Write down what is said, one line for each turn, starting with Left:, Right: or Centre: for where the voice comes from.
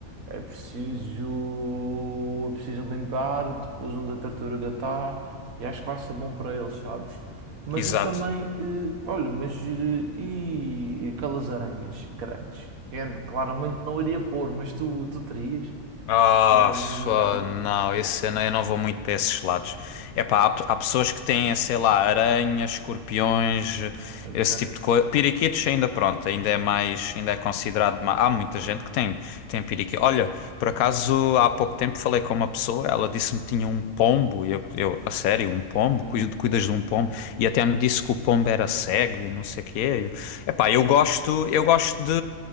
Right: é preciso, é preciso limpar depois onde a tartaruga está e acho que vai ser bom para eles, sabes? Mas
Left: exato.
Right: eu também, eh, olha, mas eh, e aquelas aranhas grandes? Eu claramente não iria pôr, mas tu, tu terias
Left: Ah,
Right: as aranhas
Left: f-
Right: em casa?
Left: ah, não, esse eu não, eu não vou muito para esses lados. É pá, há, pe- há pessoas que têm, sei lá, aranhas, escorpiões,
Right: Ok,
Left: esse tipo de coisa. Piriquitos ainda pronto, ainda é mais, ainda é considerado mais. Há muita gente que tem, tem piriquitos. Olha, por acaso há pouco tempo falei com uma pessoa, ela disse-me que tinha um pombo, e eu, eu, a sério, um pombo?
Right: hum,
Left: Cuido- Cuidas de um pombo? E até me disse que o pombo era cego e não sei o quê. É pá, eu epá, eu gosto, eu gosto de,